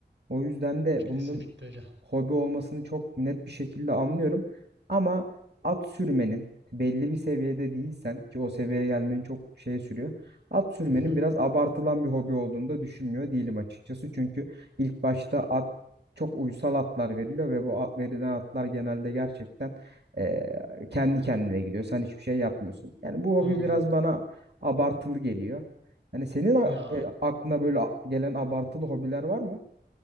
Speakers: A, on the right; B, on the right.
A: O yüzden de bunun
B: Kesinlikle öyle.
A: hobi olmasını çok net bir şekilde anlıyorum. Ama at sürmenin belli bir seviyede değilsen ki o seviyeye gelmenin çok şey sürüyor. At sürmenin
B: Hı hı.
A: biraz abartılan bir hobi olduğunu da düşünmüyor değilim açıkçası. Çünkü ilk başta at çok uysal atlar veriliyor ve bu at, verilen atlar genelde gerçekten eee, kendi kendine gidiyor. Sen hiçbir şey yapmıyorsun. Yani bu hobi
B: Anladım.
A: biraz bana abartılı geliyor. Yani senin a-
B: Ya
A: e, aklına böyle a- gelen abartılı hobiler var mı?